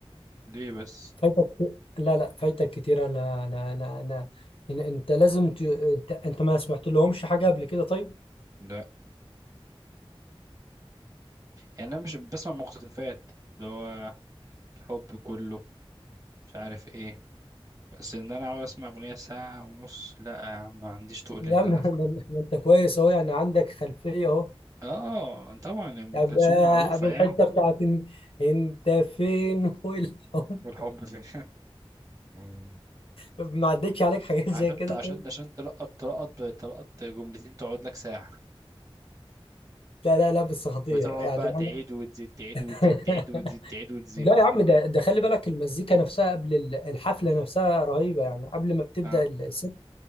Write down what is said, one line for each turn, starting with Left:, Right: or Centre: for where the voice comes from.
Right: ليه بس
Left: فايتك كتير. لا لا فايتك كتير انا انا انا انا إن- انت لازم ت... انت انت ما سمعت لهمش حاجه قبل كده طيب
Right: لا يعني انا مش بسمع مقتطفات اللي هو الحب كله مش عارف ايه بس ان انا اقعد اسمع اغنيه ساعه ونص لا يا عم ما عنديش تقول
Left: يا
Right: لي ان
Left: عم
Right: انا
Left: <laughs> ما ان- ما انت كويس اهو يعني عندك خلفيه اهو
Right: اه طبعا ام
Left: طب
Right: كلثوم
Left: آه،
Right: معروفه
Left: قبل الحته
Right: يعني
Left: بتاعت إن... انت فين والحب
Right: والحب في <laughs> مم.
Left: ما عدتش عليك حاجات زي
Right: عشان
Left: كده
Right: عشان
Left: طيب
Right: عشان تلقط تلقط تلقط جملتين تقعد لك ساعه
Left: لا لا لا بس خطير
Right: وتقعد
Left: يعني
Right: بقى تعيد
Left: أنا
Right: وتزيد تعيد
Left: <laughs>
Right: وتزيد تعيد وتزيد تعيد وتزيد
Left: لا يا عم ده ده خلي بالك المزيكا نفسها قبل ال- الحفلة نفسها رهيبة يعني قبل ما بتبدأ
Right: اه
Left: الست